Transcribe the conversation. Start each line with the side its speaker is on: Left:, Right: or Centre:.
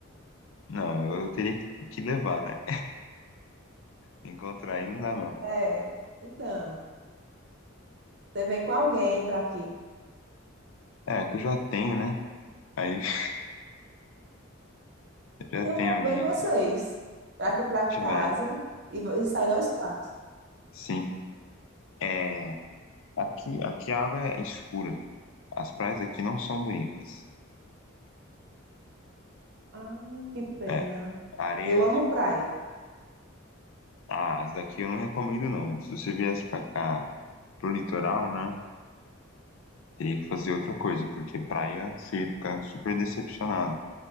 Left: Não, eu teria que que levar, né? Encontrar aí não dá, não.
Right: É. Então, você vem com alguém para aqui.
Left: É, que eu já tenho, né? Aí <laughs> já
Right: Então
Left: tem
Right: vou-
Left: alguém
Right: vem vocês
Left: aqui.
Right: para aqui para
Left: A gente
Right: casa
Left: vai.
Right: e, vo- e sai nós quatro.
Left: Sim. É, aqui, aqui a água é escura. As praias aqui não são bonitas.
Right: Ah, que pena.
Left: É, a areia
Right: Eu amo
Left: é
Right: praia.
Left: escura. Ah, as daqui eu não recomendo, não. Se você viesse pra cá, pro litoral, né? Teria que fazer outra coisa, porque praia você ia ficar super decepcionado.